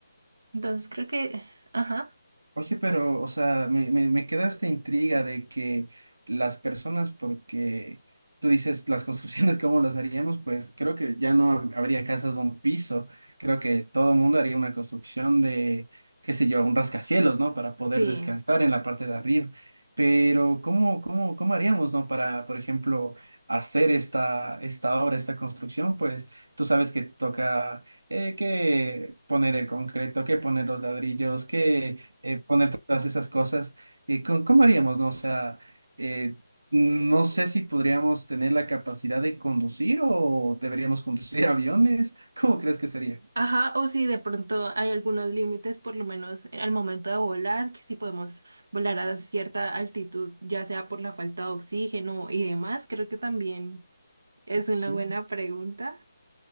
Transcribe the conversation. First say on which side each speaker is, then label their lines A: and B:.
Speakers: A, on the right; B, on the right.
A: Entonces creo que, ajá,
B: Oye, pero, o sea, me, me, me queda esta intriga de que las personas, porque tú dices las construcciones, ¿cómo las haríamos? Pues creo que ya no hab- habría casas de un piso, creo que todo el mundo haría una construcción de, qué sé yo, un rascacielos, ¿no? Para poder
A: sí.
B: descansar en la parte de arriba. Pero, ¿cómo, cómo, cómo haríamos, ¿no? Para, por ejemplo, hacer esta, esta obra, esta construcción, pues tú sabes que toca... eh, que poner el concreto, que poner los ladrillos, que eh, poner todas esas cosas. Eh, ¿cómo, cómo haríamos, no? O sea, eh, no sé si podríamos tener la capacidad de conducir o deberíamos conducir <laughs> aviones. ¿Cómo crees que sería?
A: Ajá, o si de pronto hay algunos límites, por lo menos al momento de volar, que si podemos volar a cierta altitud, ya sea por la falta de oxígeno y demás, creo que también es una
B: Sí.
A: buena pregunta.